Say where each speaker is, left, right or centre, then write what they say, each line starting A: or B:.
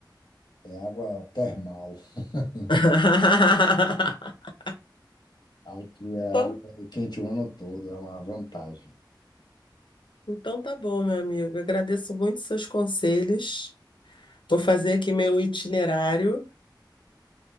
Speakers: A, on the left (about 60°); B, on the left (about 85°).
A: é água termal. <laughs>
B: <laughs>
A: Aqui é
B: Então,
A: água quente o ano todo, é uma vantagem.
B: então tá bom, meu amigo. Eu agradeço muito seus conselhos. Vou fazer aqui meu itinerário